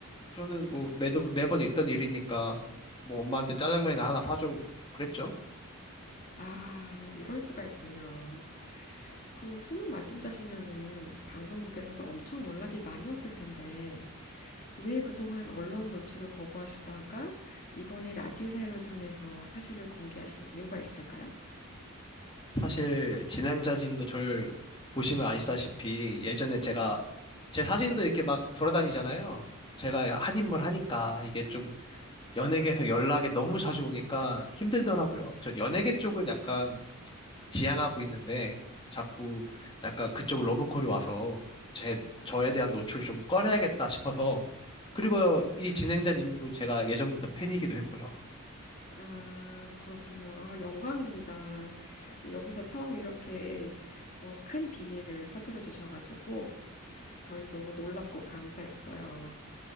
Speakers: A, on the left (about 25°); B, on the left (about 40°).
A: 저는 뭐 매도, 매번 있던 일이니까 뭐 엄마한테 짜장면이나 하나 사줘 그랬죠.
B: 아, 이럴 수가 있군요. 그 수능 만점자시면은 방송국에서도 엄청 연락이 많이 왔을 텐데 왜 그동안 언론 노출을 거부하시다가 이번에 라디오 사연을 통해서 사실을 공개하신 이유가 있을까요?
A: 사실 진행자진도 저를 보시면 아시다시피 예전에 제가 제 사진도 이렇게 막 돌아다니잖아요. 제가 한인물 하니까 이게 좀 연예계에서 연락이 너무 자주 오니까 힘들더라고요. 전 연예계 쪽은 약간 지향하고 있는데 자꾸 약간 그쪽 러브콜이 와서 제, 저에 대한 노출을 좀 꺼려야겠다 싶어서 그리고 이 진행자님도 제가 예전부터 팬이기도 했고요.
B: 아, 그렇군요. 아, 영광입니다. 여기서 처음 이렇게 어, 큰 비밀을 터뜨려 주셔가지고 저희 너무 놀랍고 감사했어요.